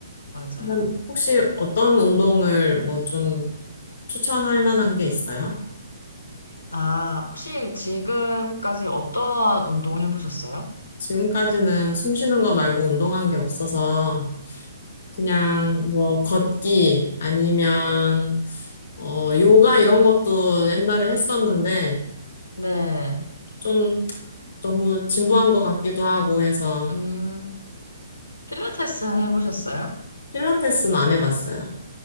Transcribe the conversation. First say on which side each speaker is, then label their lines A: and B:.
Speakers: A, on the left; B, on the left.
A: 맞아요.
B: 그럼 혹시 어떤 운동을 뭐 좀 추천할 만한 게 있어요?
A: 아, 혹시 지금까지 어떠한 운동 해보셨어요?
B: 지금까지는 숨 쉬는 거 말고 운동한 게 없어서, 그냥 뭐 걷기 아니면 어 요가 이런 것도 옛날에 했었는데
A: 네.
B: 좀 너무 진부한 것 같기도 하고 해서
A: 음, 필라테스는 해보셨어요?
B: 필라테스는 안 해봤어요.